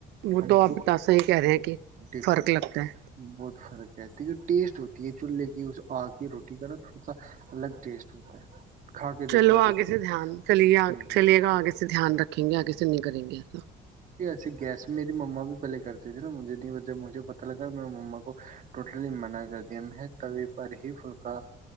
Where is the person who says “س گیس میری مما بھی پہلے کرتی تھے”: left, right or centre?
Right